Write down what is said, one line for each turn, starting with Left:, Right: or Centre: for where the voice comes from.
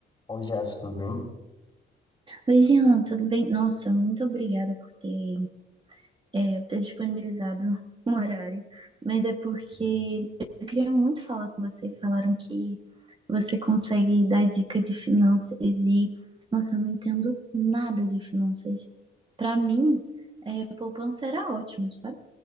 Left: Oi, Jade, tudo bem?
Right: Oi, Jean, tudo bem? Nossa, muito obrigada por ter, é, ter disponibilizado <laughs> um horário. Mas é porque
Left: Sim,
Right: eu queria muito falar com você. Falaram que você consegue dar dica de finanças e, nossa, eu não entendo nada de finanças. Para mim, é, poupança era ótimo, sabe?